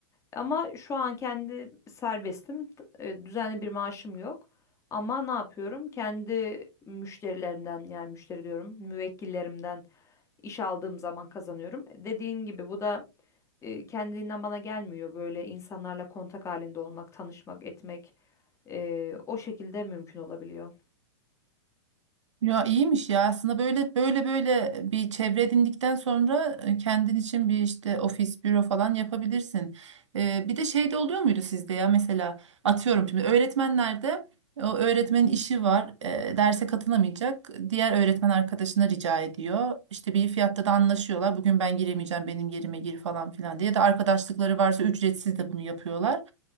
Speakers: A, on the left (about 20°); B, on the right (about 90°).
A: Ama şu an kendi serbestim. T- e, Düzenli bir maaşım yok. Ama ne yapıyorum? Kendi müşterilerimden yani müşteri diyorum, müvekkillerimden iş aldığım zaman kazanıyorum. Dediğin gibi bu da e, kendiliğinden bana gelmiyor. Böyle insanlarla kontak halinde olmak, tanışmak, etmek e, o şekilde mümkün olabiliyor.
B: Ya iyiymiş ya aslında böyle böyle böyle bir çevre edindikten sonra e, kendin için bir işte ofis, büro falan yapabilirsin. Ee, bir de şey de oluyor muydu sizde ya mesela atıyorum şimdi öğretmenlerde o öğretmenin işi var e, derse katılamayacak diğer öğretmen arkadaşına rica ediyor. İşte bir fiyatta da anlaşıyorlar bugün ben giremeyeceğim benim yerime gir falan filan diye ya da arkadaşlıkları varsa ücretsiz de bunu yapıyorlar.